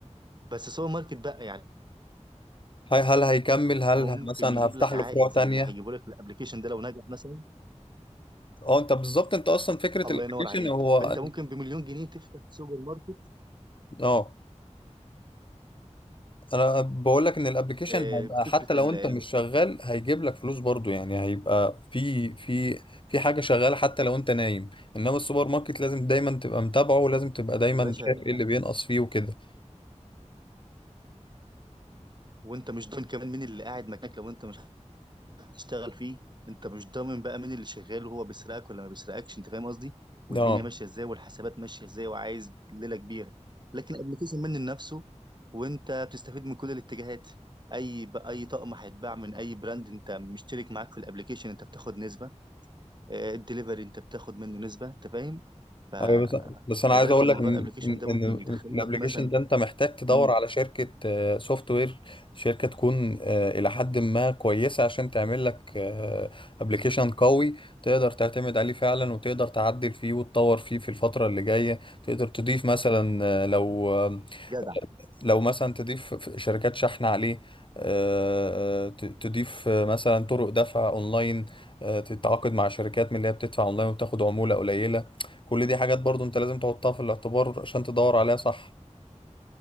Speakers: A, on the right; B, on the left.
A: بس سوبر ماركت بقى يعني
B: هي- هل هيكمل هل
A: هو
B: هي-
A: ممكن
B: مثلا
A: يجيب
B: هفتح
A: لك عائد
B: له فروع تانية
A: زي اللي هيجيبه لك الابلكيشن ده لو نجح مثلا
B: اه انت بالظبط انت اصلا فكرة
A: الله
B: الابلكيشن
A: ينور عليك
B: هو
A: فانت ممكن بمليون جنيه تفتح سوبر ماركت
B: اه انا بقول لك ان الابلكيشن
A: آه،
B: هيبقى
A: بفكره
B: حتى لو
A: ال
B: انت
A: ال-
B: مش شغال هيجيب لك فلوس برضو يعني هيبقى في في في حاجة شغالة حتى لو انت نايم انما السوبر ماركت لازم دايما تبقى متابعه ولازم تبقى دايما
A: يا باشا
B: شايف ايه
A: آه،
B: اللي بينقص فيه وكده
A: وانت مش ضامن كمان مين اللي قاعد مكانك لو انت مش هتشتغل فيه انت مش ضامن بقى مين اللي شغال وهو بيسرقك ولا ما بيسرقكش انت فاهم قصدي والدنيا
B: اه
A: ماشيه ازاي والحسابات ماشيه ازاي وعايز ليله كبيره لكن ابلكيشن منه لنفسه وانت بتستفيد من كل الاتجاهات اي ب... اي طقم هيتباع من اي براند انت مشترك معاك في الابلكيشن انت بتاخد نسبه آه، الدليفري انت بتاخد منه نسبه انت فاهم ف
B: أيوة، بس بس
A: خلي
B: انا عايز
A: بالك
B: اقول
A: الموضوع
B: لك ان
A: الابلكيشن
B: ان
A: ده ممكن يدخل
B: إن الابليكيشن
A: لك مثلا
B: ده انت محتاج تدور
A: مم،
B: على شركه سوفت وير شركه تكون آه، الى حد ما كويسه عشان تعمل لك ابليكيشن قوي تقدر تعتمد عليه فعلا وتقدر تعدل فيه وتطور فيه في الفتره اللي جايه تقدر تضيف مثلا آه، لو آه،
A: جدع
B: لو مثلا تضيف ف- شركات شحن عليه آه، ت- تضيف آه، مثلا طرق دفع اونلاين آه، تتعاقد مع شركات من اللي هي بتدفع اونلاين وبتاخد عمولة قليلة كل دي حاجات برضو انت لازم تحطها في الاعتبار عشان تدور عليها صح